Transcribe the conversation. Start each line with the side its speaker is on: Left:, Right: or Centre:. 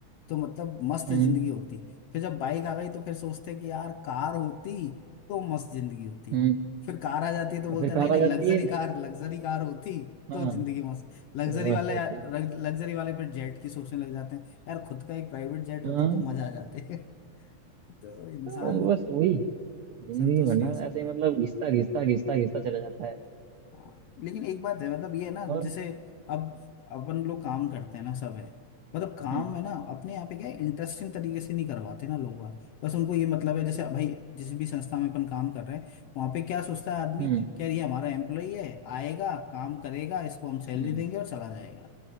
Left: तो मतलब मस्त
Right: हम्म
Left: जिंदगी होती फिर जब बाइक आ गई तो फिर सोचते कि यार कार होती तो मस्त जिंदगी होती
Right: हम्म
Left: फिर कार आ जाती है तो बोलते
Right: या फिर
Left: हैं
Right: कार
Left: नहीं नहीं
Right: आ
Left: लग्जरी
Right: जाती है
Left: कार लग्जरी कार होती
Right: हाँ
Left: तो जिंदगी मस्त
Right: तो
Left: लग्जरी
Right: मस्त
Left: वाले
Right: होती
Left: लग्जरी वाले फिर जेट की सोचने लग जाते हैं यार खुद का एक प्राइवेट जेट
Right: हाँ
Left: होता तो मजा आ जाते <laughs> तो इंसान
Right: तो बस वही जिंदगी
Left: संतुष्ट
Right: भर ना
Left: नहीं हो सकता
Right: ऐसे ही मतलब घिसता घिसता घिसता घिसता चला जाता है
Left: हाँ लेकिन एक बात है मतलब ये है ना
Right: और
Left: जैसे अब अपन लोग काम करते हैं ना सब है मतलब काम
Right: हम्म
Left: है ना अपने यहाँ पे क्या इंटरेस्टिंग तरीके से नहीं करवाते ना लोग वहाँ। बस उनको ये मतलब है जैसे भाई जिस भी संस्था में अपन काम कर रहे हैं वहाँ पे क्या सोचता है आदमी
Right: हम्म
Left: क्या ये हमारा एम्प्लॉई है आएगा काम करेगा इसको हम सैलरी
Right: हम्म
Left: देंगे और चला जाएगा